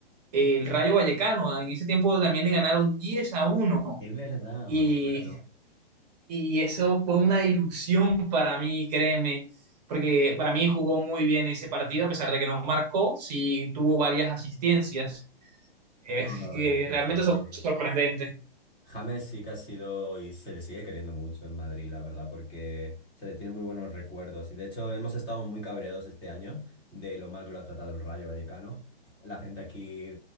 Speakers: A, on the right (about 40°); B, on the left (about 15°).
A: el Rayo Vallecano, en ese tiempo también le ganaron 10 a uno
B: Es verdad,
A: y,
B: me acuerdo.
A: y eso fue una ilusión para mí, créeme, porque para mí jugó muy bien ese partido, a pesar de que no marcó, sí tuvo varias asistencias, es
B: No, la
A: que
B: verdad es que
A: realmente
B: James,
A: sor- sorprendente.
B: James sí que ha sido y se le sigue queriendo mucho en Madrid, la verdad, porque se le tiene muy buenos recuerdos. Y de hecho hemos estado muy cabreados este año de lo mal que lo ha tratado el Rayo Vallecano. La gente aquí,